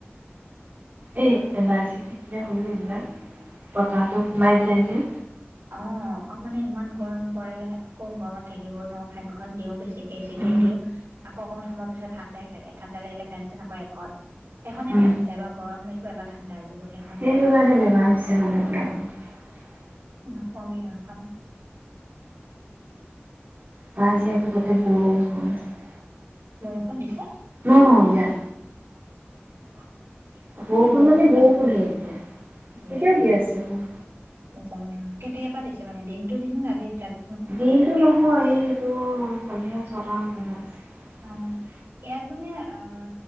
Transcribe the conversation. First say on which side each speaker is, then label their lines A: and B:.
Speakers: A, on the right; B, on the right.
A: এ এবাৰ চি থাকিলে হ'ল <unintelligible> নাই <unintelligible> বতাহটো সোমাই যায় যে
B: অ অ মানে ইমান গৰম পৰে আকৌ গৰমত থাকিবও নোৱাৰো ফেনখন দিও, বেছিকে এচি টোও
A: উম
B: দিও, আকৌ অকমান সময়ৰ পিছত ঠাণ্ডাই লাগে ঠাণ্ডা লাগিলে ফেন চেন আকৌ একত সেইখনে
A: উম
B: হৈ আছে এবাৰ গৰম লাগিব এবাৰ ঠাণ্ডা লাগিব সেইখনেই
A: সেইটো কাৰণে বেমাৰ হৈছে মানুহ বিলাক
B: নকবি আউ এইখন
A: মাজিাব তাতে বৰষুণ <unintelligible>
B: বৰষুণ দিছে
A: অ ইয়াৰ
B: বৰষুণ
A: বৰষুণ
B: চৰষুণ
A: বৰষুণে
B: মানে
A: এতিয়া
B: দি এ
A: এতিয়াও আছে
B: আছে
A: বৰষুণ
B: কেতিয়াবা দিছে মানে দিনটোত দিছে নে ৰাতিটে তাতঁ
A: দিনটো নহয় এইটো পনীয়া চৰাম ব আছে <unintelligible>
B: অ ইয়াত মানে আহ